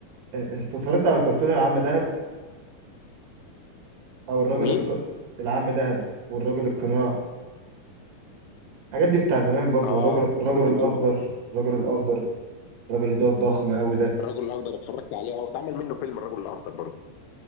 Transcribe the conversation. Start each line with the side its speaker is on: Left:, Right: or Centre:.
Right: انت اتفرجت على كرتون العم دهب او الراجل
Left: مين؟
Right: الك... العم دهب والراجل القناع الحاجات دي بتاع زمان برضو
Left: اه
Right: الرجل الرجل
Left: كانوا جامدين
Right: الاخضر
Left: برضو
Right: الرجل الاخضر الراجل اللي هو الضخم قوي ده
Left: الرجل الاخضر اتفرجت عليه اه اتعمل منه فيلم الرجل الاخضر برضو